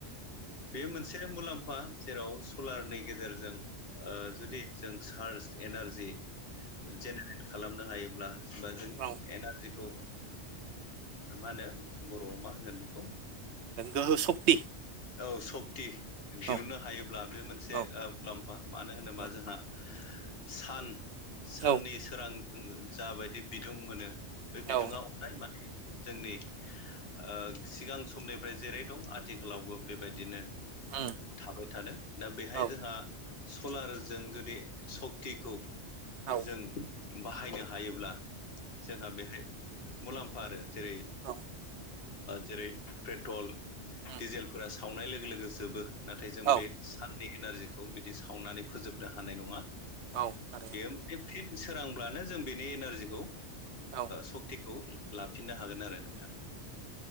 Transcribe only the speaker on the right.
औ औ
गोहो सक्ति
औ
औ
औ
औ
औ
उम
औ
औ
औ
उम
औ
औ आरो
औ उम